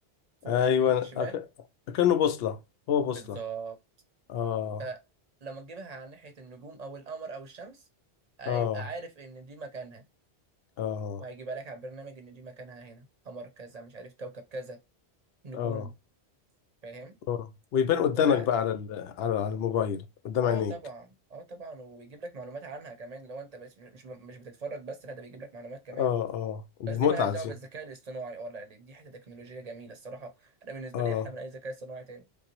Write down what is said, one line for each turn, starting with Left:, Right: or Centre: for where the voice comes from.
Right: فوق
Left: ايوه
Right: يمين شمال
Left: أك... اكنه بوصلة هو بوصلة
Right: بالظبط
Left: اه
Right: فلما تجيبها على ناحيه النجوم او القمر او الشمس هيبقى
Left: اه
Right: عارف ان دي مكانها
Left: اه
Right: وهيجيبها لك على البرنامج ان دي مكانها هنا قمر كذا مش عارف كوكب كذا نجوم
Left: اه
Right: فاهم
Left: اه ويبان قدامك
Right: فلا
Left: بقى على ال- على على الموبايل قدام
Right: اه
Left: عينيك
Right: طبعا اه طبعا وبيجيب لك معلومات عنها كمان لو انت بس مش مش بتتفرج بس لا ده بيجيب لك معلومات كمان
Left: اه اه
Right: بس
Left: دي
Right: دي
Left: متعة
Right: مالهاش دعوه
Left: دي
Right: بالذكاء الاصطناعي اه لا دي حته تكنولوجيه جميله الصراحه انا بالنسبه
Left: اه
Right: لي احلى من اي ذكاء اصطناعي تاني